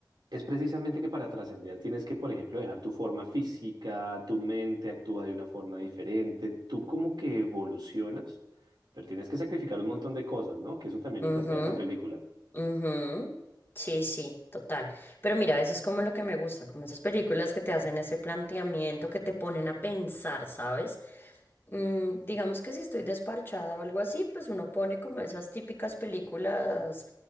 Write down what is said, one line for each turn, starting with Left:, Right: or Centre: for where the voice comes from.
Right: es precisamente que para trascender tienes que, por ejemplo, dejar tu forma física, tu mente actúa de una forma diferente, tú como que evolucionas, pero tienes que sacrificar un montón de cosas, ¿no? Que eso también
Left: ujú.
Right: lo plantea esa película.
Left: Ujú. Sí, sí, total. Pero mira, eso es como lo que me gusta, como esas películas que te hacen ese planteamiento, que te ponen a pensar, ¿sabes? Mm, digamos que si estoy desparchada o algo así, pues uno pone como esas típicas películas